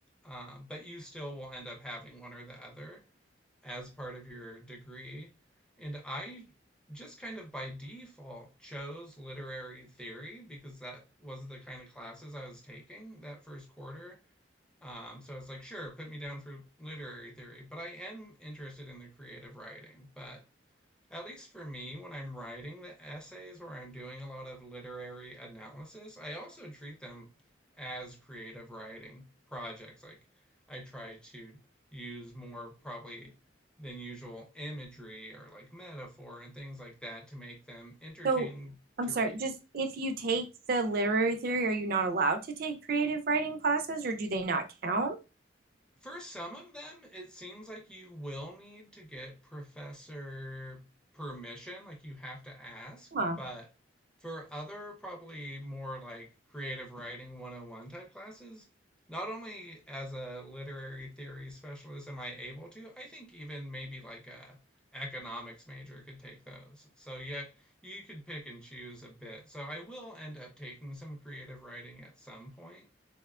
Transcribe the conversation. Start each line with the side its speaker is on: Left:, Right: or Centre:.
Centre: uh, but you still will end up having one or the other as part of your degree. And I just kind of by default chose literary theory because that was the kind of classes I was taking that first quarter. Um, so I was like, sure, put me down for literary theory, but I am interested in the creative writing. But at least for me, when I'm writing the essays where I'm doing a lot of literary analysis, I also treat them as creative writing projects. Like I try to use more probably than usual imagery or like metaphor and things like that to make them entertaining
Right: So I'm
Centre: to
Right: sorry,
Centre: read.
Right: just if you take the literary theory, are you not allowed to take creative writing classes or do they not count?
Centre: For some of them, it seems like you will need to get professor permission, like you have to ask,
Right: Huh.
Centre: but for other probably more like creative writing 101 type classes, not only as a literary theory specialist am I able to, I think even maybe like a economics major could take those. So yet you could pick and choose a bit. So I will end up taking some creative writing at some point.